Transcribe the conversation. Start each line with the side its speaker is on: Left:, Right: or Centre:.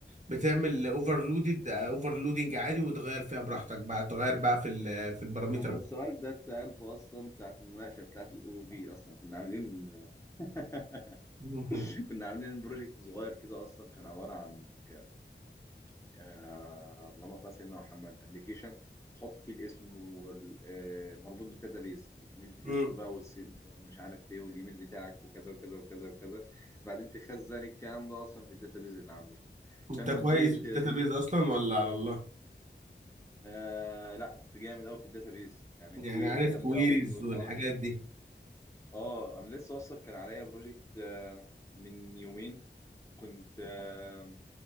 Right: بتعمل اوفرلودد اوفرلودنج عادي وتغير فيها براحتك بقى تغير بقى في ال- في الباراميتر
Left: انا
Right: بقى.
Left: السؤال ده اتسالته اصلا ساعه المناقشه بتاعه الاو بي اصلا كنا عاملين <laughs>
Right: مهم.
Left: كنا عاملين بروجكت صغير كده اصلا كان عباره عن ك- آه، اللهم صل على سيدنا محمد ابلكيشن نحط فيه الاسم والمربوط بالداتابيز من الاسم
Right: مم.
Left: بقى والسن ومش عارف ايه والايميل بتاعك وكذا وكذا وكذا وكذا بعدين تخزن الكلام ده اصلا في الداتابيز اللي عندك
Right: انت
Left: كان
Right: كويس
Left: بروجكت
Right: في الداتابيز
Left: لذيذ
Right: اصلا ولا على الله
Left: آه لا كنت جامد قوي في الداتابيز يعني
Right: يعني
Left: كويريز
Right: عارف
Left: جامده
Right: كويريز
Left: قوي والحوارات
Right: والحاجات دي
Left: اه انا لسه اصلا كان عليا بروجكت من يومين كنت آه،